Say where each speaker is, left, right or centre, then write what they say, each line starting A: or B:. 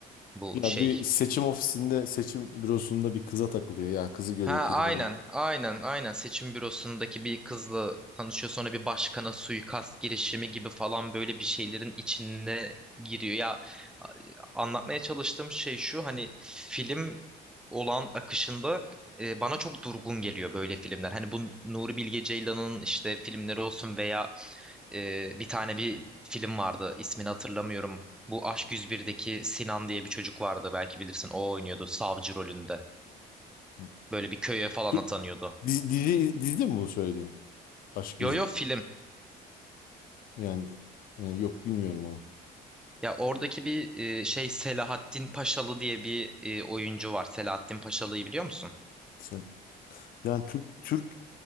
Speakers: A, in the centre; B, on the left.
A: bu
B: Ya
A: şey
B: bir seçim ofisinde, seçim bürosunda bir kıza takılıyor. Ya kızı görüyor,
A: Ha aynen
B: kızı beğeniyor.
A: aynen aynen seçim bürosundaki bir kızla tanışıyor sonra bir başkana suikast girişimi gibi falan böyle bir şeylerin içine giriyor. Ya a- anlatmaya çalıştığım şey şu hani film olan akışında e, bana çok durgun geliyor böyle filmler. Hani bu Nuri Bilge Ceylan'ın işte filmleri olsun veya e, bir tane bir film vardı ismini hatırlamıyorum. Bu Aşk 101'deki Sinan diye bir çocuk vardı belki bilirsin o oynuyordu savcı rolünde.
B: Hı.
A: Böyle bir köye falan
B: Tü-
A: atanıyordu.
B: Dizi, dizi, dizi mi bu söylediğin? Aşk
A: Yo
B: Yüzü.
A: yo film.
B: Yani, e, yok bilmiyorum onu.
A: Ya oradaki bir e, şey Selahattin Paşalı diye bir e, oyuncu var. Selahattin Paşalı'yı biliyor musun?
B: Sen, yani Türk Türk